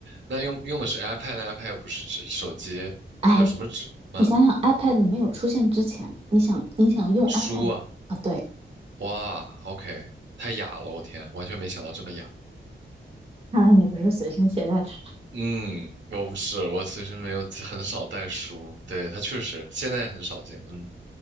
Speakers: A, on the right; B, on the right.
A: 那用用的是 iPad，iPad 又不是指手机，
B: 哎，
A: 有什么纸吗？
B: 你想想，iPad 没有出现之前，你想你想用
A: 书啊，
B: iPad 啊？对，
A: 哇，OK，太雅了，我天，完全没想到这么雅。
B: 看来你不是随身携带纸。
A: 嗯，我不是，我其实没有，很少带书。对，它确实现在很少见。嗯，